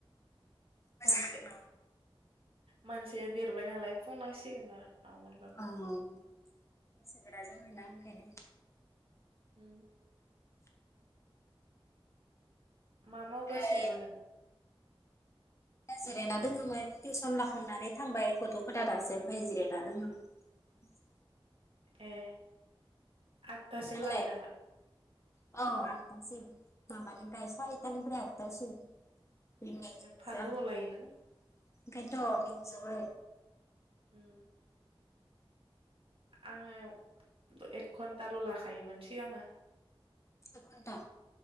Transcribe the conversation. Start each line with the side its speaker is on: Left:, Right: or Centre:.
Left: मोजां
Right: मानसिया
Left: बैसो
Right: मानसिया देरबाय नालाय बुंनांसिगोन ना ना मोनबाबो
Left: औ बैसोगोराजों <unintelligible> ओंखायनो
Right: उम मा मावगासिनोमोन
Left: ओमफ्राय
Right: नों
Left: जिरायना दोङोमोन टिउसन लाखांनानै थांबाय गथ'फोरा दासो ओमफाय जिरायना दोङोमोन
Right: ए आदथासिम
Left: नोंलाय
Right: लायो नामा
Left: औ आदतासिम माबानिफ्राय सारितानिफ्राय आदतासिम <unintelligible> आं
Right: एफा गोबाव
Left: ओंखायनोथ'
Right: लायो नों
Left: बिजोबो
Right: उम आङो एक घन्टाल' लाखायोमोन सिगाङो
Left: एक घन्टा